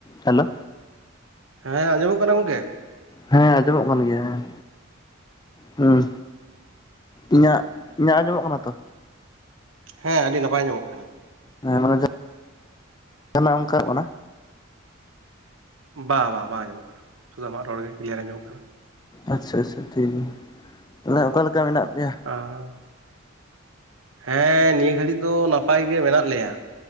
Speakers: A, on the left; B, on the right.
A: Hello
B: ᱦᱮᱸ ᱟᱸᱡᱚᱢᱚᱼᱜ ᱠᱟᱱᱟ ᱜᱚᱝᱠᱮ?
A: ᱦᱮᱸ ᱟᱸᱡᱚᱢᱚᱜ ᱠᱟᱱ ᱜᱮᱭᱟ᱾ ᱦᱩᱸ ᱤᱧᱟᱹᱜ ᱤᱧᱟᱹᱜ ᱟᱸᱡᱚᱢᱚᱜ ᱠᱟᱱᱟ ᱛᱚ?
B: ᱦᱮᱸ ᱟᱹᱰᱤ ᱱᱟᱯᱟᱭ ᱟᱸᱡᱢᱚᱜ ᱠᱟᱱᱟ᱾
A: ᱦᱮᱸ ᱢᱟᱱᱮ ᱡᱟᱦᱱᱟᱜ ᱚᱱᱠᱟ ᱠᱟᱱᱟ
B: ᱵᱟ ᱵᱟ ᱵᱟᱝ ᱟᱸᱡᱚᱢᱚᱜ ᱠᱟᱱᱟ᱾ ᱥᱩᱫᱷᱩ ᱟᱢᱟᱜ ᱨᱚᱲ ᱜᱮ ᱠᱞᱤᱭᱟᱨ ᱟᱸᱡᱚᱢᱚᱜ ᱠᱟᱱᱟ᱾
A: ᱟᱪᱪᱷᱟ, ᱟᱪᱪᱷᱟ ᱴᱷᱤᱠ ᱜᱮᱭᱟ᱾ ᱛᱟᱦᱞᱮ ᱚᱠᱟ ᱞᱮᱠᱟ ᱢᱮᱱᱟᱜ ᱯᱮᱭᱟ?
B: ᱟᱸ ᱦᱮᱸ ᱱᱤᱭᱟᱹ ᱜᱷᱟᱹᱲᱤᱡ ᱫᱚ ᱱᱟᱯᱟᱭ ᱜᱮ ᱢᱮᱱᱟᱼᱜ ᱞᱮᱭᱟ᱾